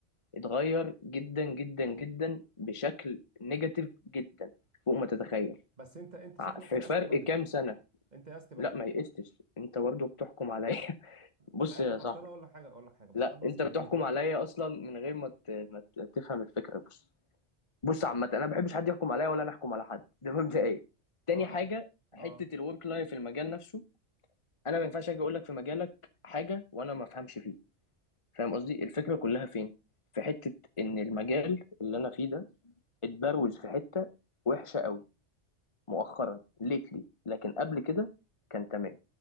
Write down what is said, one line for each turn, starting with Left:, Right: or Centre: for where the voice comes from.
Left: اتغير جدا جدا جدا بشكل نيجاتيف جدا فوق ما تتخيل
Right: بس أنت أنت
Left: ع-
Right: شكلك
Left: في
Right: يأست
Left: فرق
Right: بدري
Left: كام سنة
Right: أنت يأست بدري
Left: لا ما يقستش انت برضه بتحكم عليا <laughs>
Right: مش
Left: بص
Right: عارف
Left: يا صاحبي
Right: أصل أنا أقول لك حاجة أقول لك حاجة بس
Left: لا
Right: أنا مثلا
Left: انت بتحكم
Right: بالنسبة لي
Left: عليا اصلا من غير ما ت- ما ت- تفهم الفكرة بص بص عامة انا ما بحبش حد يحكم عليا ولا انا احكم على حد ده مبدئيا تاني
Right: اه
Left: حاجة
Right: اصلا
Left: حتة
Right: اه
Left: الورك لايف في المجال نفسه انا ما ينفعش اجي اقول لك في مجالك حاجة وانا ما افهمش فيه فاهم قصدي الفكرة كلها فين في حتة ان المجال اللي انا فيه ده اتبروز في حتة وحشة قوي مؤخرا ليتلي لكن قبل كده كان تمام